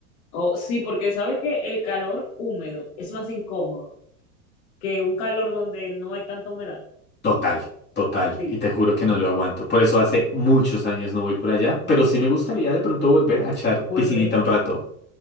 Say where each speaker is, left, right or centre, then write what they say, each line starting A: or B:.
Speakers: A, on the left; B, on the left.
A: Oh, sí, porque sabe que el calor húmedo es más incómodo que un calor donde no hay tanta humedad.
B: Total, total.
A: Sí.
B: Y te juro que no lo
A: sí.
B: aguanto. Por eso hace muchos años no voy por allá, pero sí me gustaría
A: Ah,
B: de pronto volver a echar
A: Volver.
B: piscinita un rato.